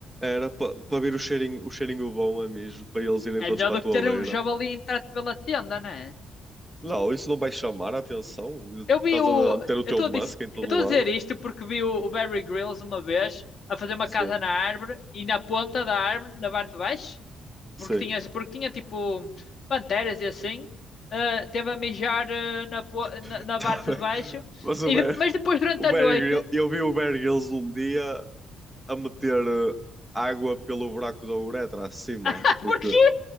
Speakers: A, in the centre; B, on the left.
A: era para pa pa vir o cheirinho, o cheirinho bom a mijo, para eles irem
B: É
A: todos
B: melhor
A: para
B: do
A: a tua
B: que ter
A: beira.
B: um javali entrado pela tenda, não é?
A: Não, isso não vai chamar a atenção.
B: Eu vi
A: Estás
B: o.
A: a a ter o
B: Eu
A: teu
B: estou
A: Musk
B: a dizer,
A: em todo
B: eu estou
A: lado.
B: a dizer isto porque vi o, o Barry Grylls uma vez a fazer uma
A: Sim,
B: casa na árvore e na ponta da árvore, na parte de baixo, porque
A: sim.
B: tinha, porque tinha tipo panteras e assim, eh, teve a mijar eh, na, po- na,
A: <laughs>
B: na
A: Tá
B: parte
A: bem.
B: de baixo,
A: Mas o
B: e
A: Bear,
B: de- mas depois durante
A: o
B: a
A: Bear
B: noite.
A: Grylls,
B: <laughs>
A: eu vi o Bear Grylls um dia a meter eh, água pelo buraco da uretra acima,
B: Ah,
A: porque,
B: Porquê?